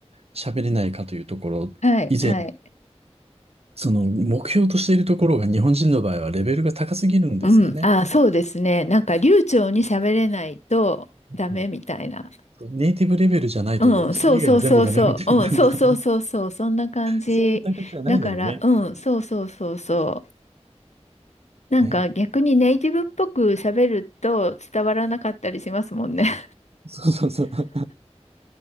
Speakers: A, on the right; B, on the left.
A: 喋れないかというところ、
B: はい、
A: 以前、
B: はい。
A: その、目標としているところが日本人の場合はレベルが高すぎるんですよね。
B: うん、あそうですね。なんか流暢に喋れないとダメみたいな。
A: うんネイティブレベルじゃないと、
B: うん、
A: それ以外は全部ダメみたいな、
B: そうそうそうそう。うん、
A: <laughs>
B: そうそうそうそう。そんな感じ。
A: そんな感じじゃないのにね。
B: だから、うん、そうそうそうそう。なんか逆にネイティブっぽく喋ると伝わらなかったりしますもんね。
A: ねえ。
B: <laughs>
A: そうそうそう。